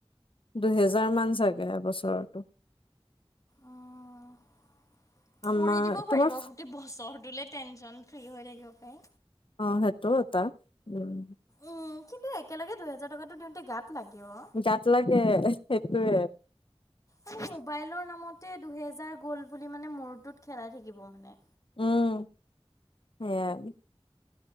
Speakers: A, on the left; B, on the left.
A: দুহেজাৰ মান চাগে এবছৰটো।
B: অহ
A: আমাৰ
B: কৰি দিব
A: তোমাৰ
B: পাৰি বাও গো তেই বছৰটোলে টেনশচন ফ্ৰী হৈ থাকিব পাৰে।
A: অ' সেইটো এটা। উম
B: উম কিন্তু একেলগে দুহেজাৰ টকাটো দিওঁতে গাত লাগে অ'।
A: গাত লাগে সেইটোৱে।
B: মানে মোবাইলৰ নামতে দুহেজাৰ গ'ল বুলি মানে মোৰটোত খেলাই থাকিব মানে।
A: উম সেইয়াই।